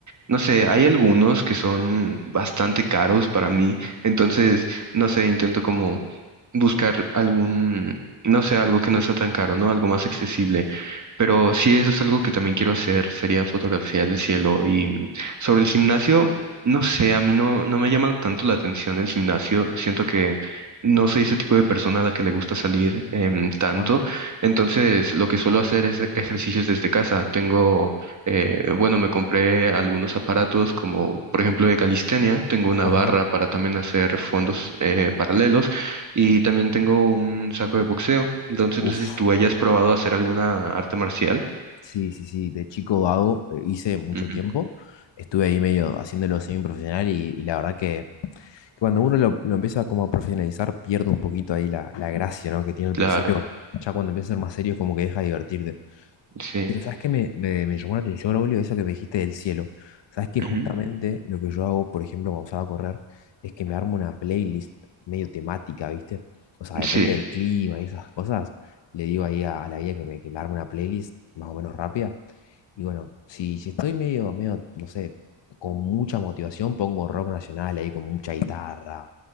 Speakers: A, on the right; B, on the left.
A: no sé, hay algunos que son bastante caros para mí. Entonces, no sé, intento como buscar algún, no sé, algo que no sea tan caro, ¿no? Algo más accesible. Pero sí, eso es algo que también quiero hacer, sería fotografiar el cielo. Y sobre el gimnasio, no sé, a mí no, no me llama tanto la atención el gimnasio. Siento que no soy ese tipo de persona a la que le gusta salir em, tanto.
B: Ajá,
A: Entonces, lo que suelo hacer es e- ejercicios desde casa. Tengo, eh, bueno, me compré algunos aparatos como, por ejemplo, de calistenia. Tengo una
B: ajá.
A: barra para también hacer fondos eh, paralelos y también tengo un saco de boxeo. Entonces,
B: Uf.
A: no sé si tú hayas probado hacer alguna arte marcial.
B: Sí, sí, sí. De chico hago, eh, hice mucho
A: Ujú,
B: tiempo. Estuve ahí medio haciéndolo semi profesional y, y la verdad que Cuando uno lo, lo empieza como a profesionalizar, pierde un poquito ahí la, la gracia, ¿no? que tiene al
A: Claro,
B: principio. Ya cuando empieza a ser más serio, como que deja de divertirte.
A: sí.
B: Pero sabes que me, me, me llamó la atención, Braulio, eso que me dijiste del cielo. Sabes que
A: ujú,
B: justamente lo que yo hago, por ejemplo, cuando salgo a correr, es que me armo una playlist medio temática, ¿viste? O sea, depende
A: Sí,
B: del clima y esas cosas. Le digo ahí a, a la guía que me, que me arme una playlist más o menos rápida. Y bueno, si, si estoy medio, medio, no sé, con mucha motivación, pongo rock nacional ahí con mucha guitarra.